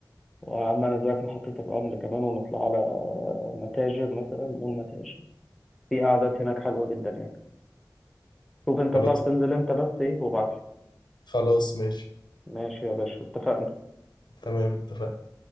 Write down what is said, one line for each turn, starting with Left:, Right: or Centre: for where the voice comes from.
Centre: وعملنا دلوقتي محطة الرمل كمان ونطلع على متاجر مثلا مول متاجر في قعدات هناك حلوة جدا يعني شوف انت
Left: خلاص
Centre: تعرف تنزل امتى بس ايه وابعتلي
Left: خلاص ماشي
Centre: ماشي يا باشا اتفقنا
Left: تمام اتفقنا